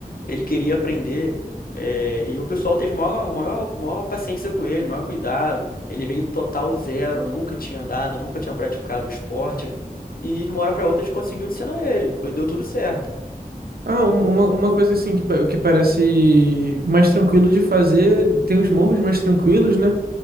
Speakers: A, on the left; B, on the right.
A: ele queria aprender. eh, e o pessoal teve maior, maior, maior paciência com ele, maior cuidado. Ele veio do total zero, nunca tinha andado, nunca tinha praticado esporte e de uma hora pra outra eles conseguiam ensinar ele. Foi, deu tudo certo.
B: Ah, um- uma, uma coisa assim que, pa- que parece mais tranquilo de fazer, tem os morros mais tranquilos, né?